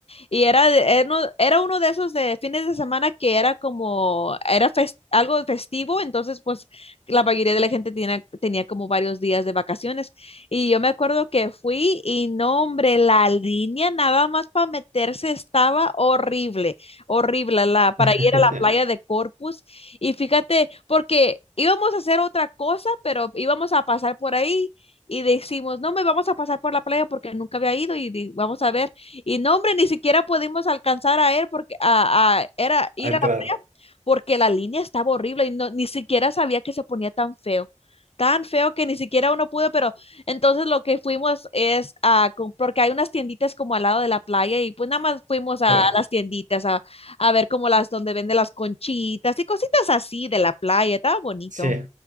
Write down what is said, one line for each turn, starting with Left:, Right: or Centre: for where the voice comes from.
Left: y era, de- era uno era uno de esos de fines de semana que era como, era fes- algo festivo, entonces pues la mayoría de la gente tenía, tenía como varios días de vacaciones. Y yo me acuerdo que fui y no, hombre, la línea nada más para meterse estaba horrible, horrible, la, para
Right: <laughs>
Left: ir a la playa de Corpus. Y fíjate, porque íbamos a hacer otra cosa, pero íbamos a pasar por ahí y decimos, no, me vamos a pasar por la playa porque nunca había ido y di- vamos a ver. Y no, hombre, ni siquiera pudimos alcanzar a él porque a, a- era, ir
Right: A
Left: a
Right: entrar,
Left: la playa porque la línea estaba horrible y no, ni siquiera sabía que se ponía tan feo. Tan feo que ni siquiera uno pudo, pero entonces lo que fuimos es a, com- porque hay unas tienditas como al lado de la playa y pues nada más fuimos a
Right: claro.
Left: las tienditas a, a ver como las donde venden las conchitas y cositas así de la playa, estaba bonito.
Right: Sí.